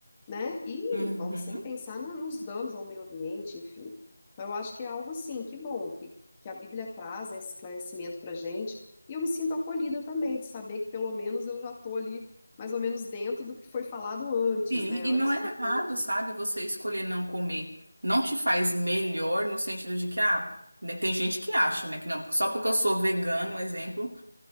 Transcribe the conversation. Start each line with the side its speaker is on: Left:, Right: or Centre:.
Left: né? E
Right: Uhum.
Left: vão sem pensar na- nos danos ao meio ambiente, enfim. Então eu acho que é algo assim, que bom que, que a Bíblia traz, né, esse esclarecimento pra gente. E eu me sinto acolhida também de saber que pelo menos eu já tô ali mais ou menos dentro do que foi falado antes,
Right: Sim,
Left: né?
Right: e
Left: Antes
Right: não é
Left: de
Right: errado,
Left: ter...
Right: sabe, você escolher não comer. Não te faz melhor no sentido de que, ah, né, tem gente que acha, né, que não, só porque eu sou vegano, exemplo,